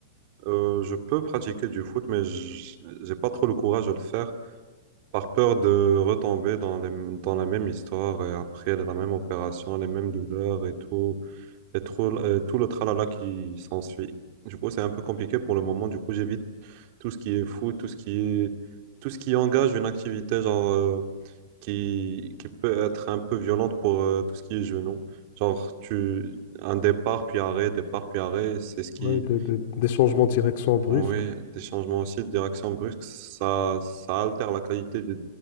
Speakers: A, on the right (about 50°); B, on the left (about 55°).
A: euh, je peux pratiquer du foot, mais j- j'ai pas trop le courage de le faire par peur de retomber dans les- dans la même histoire et après la même opération, les mêmes douleurs et tout et tout, euh, tout le tralala qui s'ensuit. Du coup, c'est un peu compliqué pour le moment. Du coup, j'évite tout ce qui est fou, tout ce qui est, tout ce qui engage une activité genre, euh, qui, qui peut être un peu violente pour euh, tout ce qui est genou. Genre, tu, un départ puis arrêt, départ puis arrêt, c'est ce qui.
B: Ouais, de- de- des changements de direction brusques.
A: Oui, des changements aussi de direction brusque, ça, ça altère la qualité de,